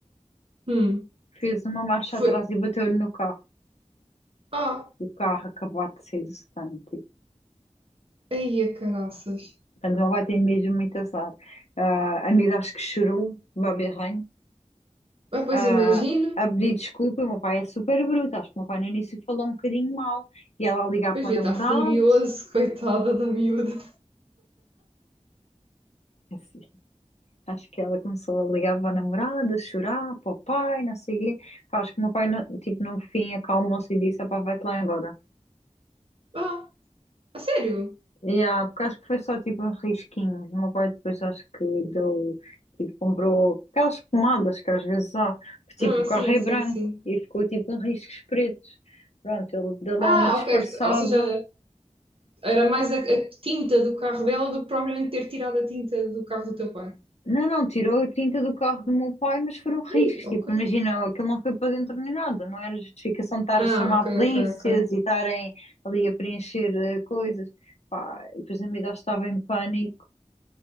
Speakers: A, on the right; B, on the left.
A: Hum,
B: fez uma marcha
A: foi.
B: atrás e bateu-lhe no carro.
A: Ah,
B: O carro acabou de sair do stand. Tipo.
A: aí a caraças.
B: Portanto, ela vai ter mesmo muito azar. Ah, a amiga acho que chorou, Babi Ranho,
A: Ah, pois
B: ah,
A: imagino.
B: a pedir desculpa. O meu pai é super bruto. Acho que o meu pai no início falou um bocadinho mal. E ela a ligar
A: Pois
B: para
A: devia
B: o namorado.
A: estar furioso, <laughs> coitada da miúda.
B: é Assim, acho que ela começou a ligar para o namorado, a chorar, para o pai, não sei o quê. Pá, Acho que o meu pai, no, tipo, no fim, acalmou-se e disse: "Ah, pá, vai-te lá embora.
A: Ah, a sério?
B: Yeah, porque acho que foi só tipo uns risquinhos. O meu pai depois acho que deu, tipo, comprou aquelas pomadas que às vezes há, que tipo
A: Ah,
B: o carro
A: sim,
B: é
A: sim,
B: branco
A: sim.
B: e ficou tipo uns riscos pretos. Pronto, ele deu lá
A: Ah,
B: uma disfarçada.
A: ok. Ou seja, era mais a, a tinta do carro dela do que propriamente ter tirado a tinta do carro do teu pai.
B: Não, não, tirou a tinta do carro do meu pai, mas foram riscos.
A: Ih,
B: Tipo,
A: ok.
B: imagina, aquilo não foi para dentro nem nada. Não era justificação de estar
A: Ah,
B: a chamar
A: ok,
B: polícias
A: ok, ok.
B: e estarem ali a preencher eh, coisas. Pá, e depois a miúda estava em pânico.